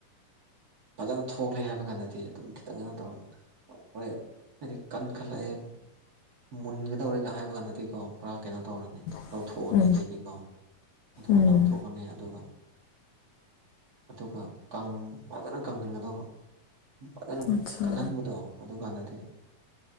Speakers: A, on the right; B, on the left.
A: ꯐꯖꯅ ꯊꯣꯛꯂꯦ ꯍꯥꯏꯕ ꯀꯥꯟꯗꯗꯤ ꯑꯗꯨꯝ ꯈꯤꯇꯪꯅ ꯇꯧꯔꯒ ꯍꯣꯏ ꯍꯥꯏꯗꯤ ꯀꯟꯈꯠꯂꯛꯑꯦ ꯃꯨꯟꯒꯗꯧꯔꯦ ꯍꯥꯏꯕ ꯅꯠꯇꯦꯀꯣ ꯄꯨꯔꯥ ꯀꯩꯅꯣ ꯇꯧꯔꯅꯤ
B: ꯇꯧꯔꯦ
A: ꯂꯧꯊꯣꯛꯑꯅꯤ
B: ꯎꯝ
A: ꯑꯗꯩꯗꯤꯀꯣ ꯑꯗꯨꯀꯥꯟꯗ
B: ꯎꯝ
A: ꯂꯧꯊꯣꯛꯀꯅꯤ ꯑꯗꯨꯒ ꯑꯗꯨꯒꯀꯪ ꯐꯖꯅ ꯀꯪꯍꯟꯒꯗꯧꯕ ꯐꯖꯅ
B: ꯑꯠꯆꯥ
A: ꯀꯟꯍꯟꯕꯗꯣ ꯑꯗꯨꯀꯥꯟꯗꯗꯤ